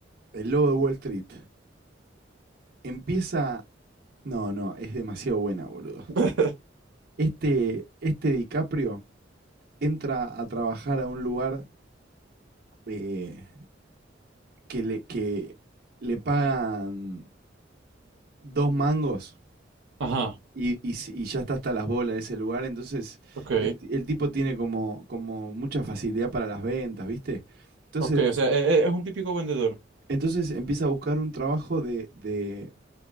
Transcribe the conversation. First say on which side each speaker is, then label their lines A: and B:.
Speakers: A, on the right (about 55°); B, on the right (about 80°).
A: El Lobo de Wall Street. Empieza... No, no, es demasiado buena, boludo.
B: <laughs>
A: Este, este DiCaprio entra a trabajar a un lugar eh, que le, que le pagan dos mangos
B: Ajá.
A: y, y s- y ya está hasta las bolas de ese lugar. Entonces,
B: Ok,
A: el, el tipo tiene como, como mucha facilidad para las ventas, ¿viste? Entonces,
B: ok, o sea, e- e- es, un típico vendedor.
A: Entonces empieza a buscar un trabajo de, de